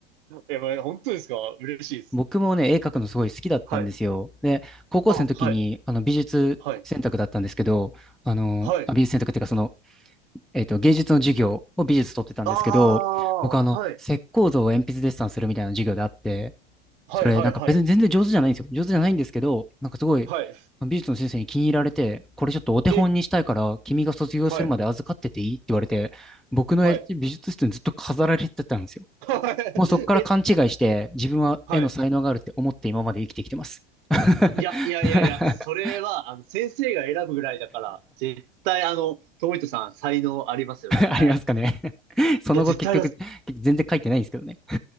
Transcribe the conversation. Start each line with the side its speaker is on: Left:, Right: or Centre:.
Right: え、まあ本当ですか嬉しいです。
Centre: 僕もね、絵描くのすごい好きだったんですよ。
Right: はい。
Centre: で、高校生の時に、
Right: あ、はい。
Centre: あの、美術選択だったんですけど、
Right: はい。
Centre: あの、
Right: はい。
Centre: あ美術選択っていうか、その、えっと、芸術の授業を美術取ってたんですけど、
Right: ああ、
Centre: 僕あの、
Right: はい。
Centre: 石膏像を鉛筆デッサンするみたいな授業であって、
Right: はい、
Centre: それなんか別に全然上手じゃないんですよ。
Right: はい、はい。
Centre: 上手じゃないんですけど、なんかすごい、
Right: はい。
Centre: 美術の先生に気に入られて、これちょっとお手本にしたいから、
Right: え、
Centre: 君が卒業するまで預かってていいって言われて、
Right: はい。
Centre: 僕の絵美術室にずっと飾られてたんですよ。
Right: はい。<laughs> はい。
Centre: もうそこから勘違いして、
Right: <laughs> え、
Centre: 自分は絵の才能があるって思って今まで生きてきてます。
Right: はい。
Centre: <laughs>
Right: いや、いやいやいや、それは、あの、先生が選ぶぐらいだから、絶対、あの、トミトさん、才能ありますよ、絶対。
Centre: ありますかね <laughs> その後結局、
Right: いや、絶対あります。
Centre: 全然書いてないんですけどね